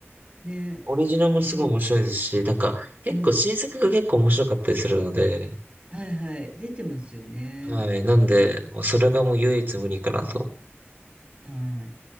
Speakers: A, on the right (about 30°); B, on the right (about 45°).
A: ね、
B: オリジナルもすごい面白いですし、
A: 日本、
B: なんか結構新作が結構面白かったりするので、
A: うん、はいはい、出てますよね。
B: はい。なんで、
A: そう、
B: もうそれがもう唯一無二かなと
A: はい。